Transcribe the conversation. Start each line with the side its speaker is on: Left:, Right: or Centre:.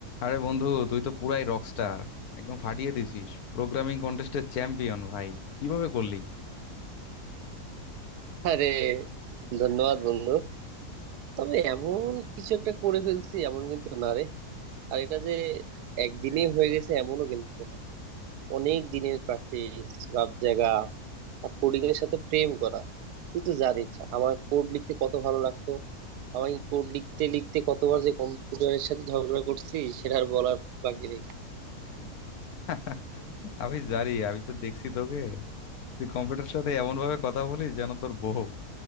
Left: আরে বন্ধু তুই তো পুরাই রকস্টার একদম ফাটিয়ে দিছিস প্রোগ্রামিং কন্টেস্টের চ্যাম্পিয়ন ভাই কিভাবে করলি
Right: আরে ধন্যবাদ বন্ধু তবে এমন কিছু একটা করে ফেলছি এমন কিন্তু না রে আর এটা যে একদিনে হয়ে গেছে এমনও কিন্তু না অনেক দিনের প্র্যাকটিস রাত জাগা আর কোডিং এর সাথে প্রেম করা তুই তো জানিস আমার কোড লিখতে কত ভালো লাগতো আমি কোড লিখতে লিখতে কতবার যে কম্পিউটারের সাথে ঝগড়া করছি সেটা আর বলার বাকি নেই
Left: <laughs> আমি জানি আমি তো দেখছি তোকে তুই কম্পিউটার সাথে এমন ভাবে কথা বলিস যেন তোর বউ